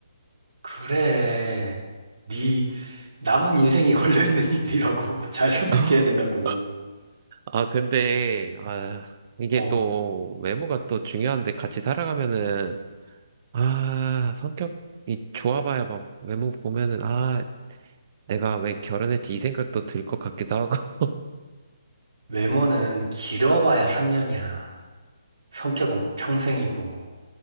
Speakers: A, on the right (about 75°); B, on the right (about 35°).
A: 그래. 네 남은 인생이 <laughs> 걸려있는 일이라고. <laughs> 잘 선택해야
B: <laughs>
A: 된다고.
B: 아, 근데, 아, 이게
A: 어,
B: 또, 외모가 또 중요한데 같이 살아가면은, 아, 성격이 좋아봐야 막 외모 보면은, 아, 내가 왜 결혼했지 이 생각도 들 것 같기도 하고,
A: 외모는 길어봐야 3년이야. 성격은 평생이고.